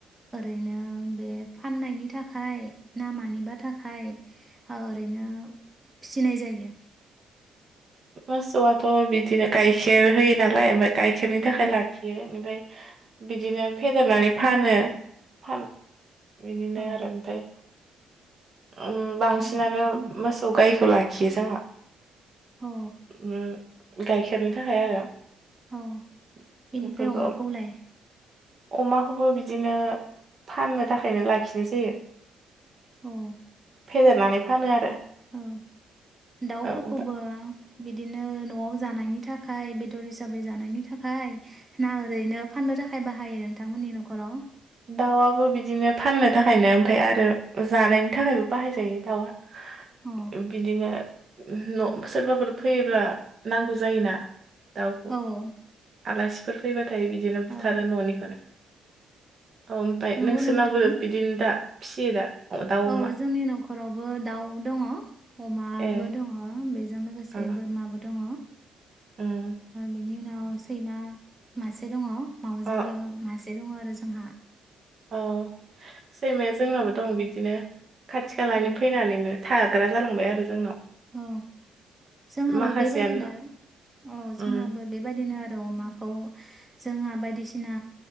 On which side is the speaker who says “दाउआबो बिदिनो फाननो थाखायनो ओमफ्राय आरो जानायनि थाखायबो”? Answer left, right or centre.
Right